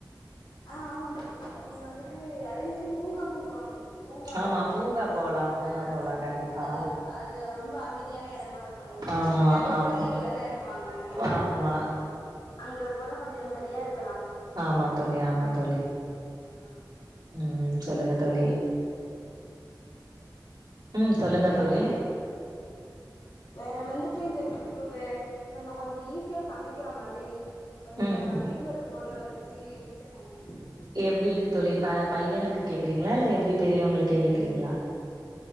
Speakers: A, on the left; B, on the right.
A: ஆ ஆமா தோழி நீங்க வந்துட்டு அதே மாரி பூங்காக்கு போலா தோழி பூங்கால
B: ஆமா.
A: வந்துட்டு
B: பூங்கா போலாம், பூங்கா
A: ஆ
B: போலாம் கண்டிப்பா.
A: அது அது ரொம்ப அமைதியான எடமா இருக்கும்
B: ஆமா,
A: நெறைய
B: ஆமா.
A: குழந்தைகள் தானே இருப்பாங்க அதனால
B: ஆமா.
A: நம்ம அங்க போனா கொஞ்ச நிம்மதியா இருக்கலா
B: ஆமா தோழி ஆமா தோழி
A: ம் ஆ
B: ம் சொல்லுங்க தோழி
A: நீங்க
B: ம். சொல்லுங்க
A: சொல்லிப்புடுவே
B: தோழி.
A: வேற வந்துட்டு இந்த வே வே நம்ம கொஞ்ச ஈஸியா சமைக்கிற மாதிரி கொஞ்ச
B: ம்
A: சொல்லுங்க வீட்ல இருக்க பொருள வச்சி ஈஸியா சமைக்கிற மாரி
B: எப்டி தோழி ப பையனுக்கு கேக்குறீங்ளா இல்ல எப்டி பெரியவங்களுக்கே கேக்குறீங்ளா